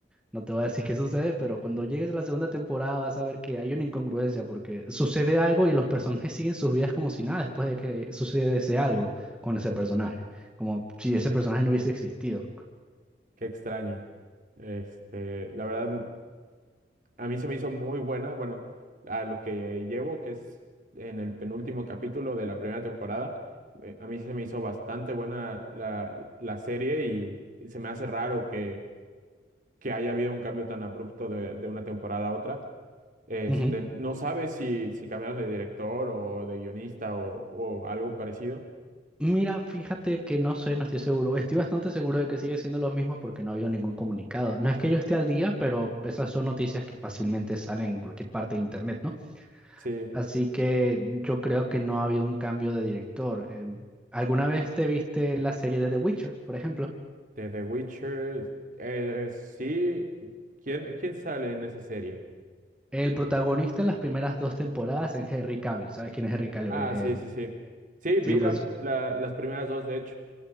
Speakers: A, in the centre; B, on the right (about 45°).
A: no te voy a decir qué sucede, pero cuando llegues a la segunda temporada vas a ver que hay una incongruencia porque sucede algo y los personajes siguen sus vidas como si nada después de que sucede ese algo con ese personaje, como si ese personaje no hubiese existido.
B: qué extraño. Este, la verdad, a mí se me hizo muy buena, bueno, a lo que llevo, que es en el penúltimo capítulo de la primera temporada, eh, a mí se me hizo bastante buena la, la serie y, y se me hace raro que, que haya habido un cambio tan abrupto de, de una temporada a otra. Este,
A: Ujú.
B: no sabes si, si cambiaron de director o de guionista o, o algo parecido.
A: Mira, fíjate que no sé, no estoy seguro. Estoy bastante seguro de que sigue siendo lo mismo porque no ha habido ningún comunicado. No es que yo esté al día, pero esas son noticias que fácilmente salen en cualquier parte de internet, ¿no?
B: Sí.
A: Así que yo creo que no ha habido un cambio de director. Em, ¿alguna vez te viste la serie de The Witcher, por ejemplo?
B: De The Witcher, eh, eh, sí. ¿Quién, quién sale en esa serie?
A: El protagonista en las primeras dos temporadas es Henry Cavill. ¿Sabes quién es Henry Cavill?
B: Ah,
A: El...
B: sí, sí, sí. Sí, vi
A: Sí, por
B: la-
A: eso.
B: la- las primeras dos, de hecho.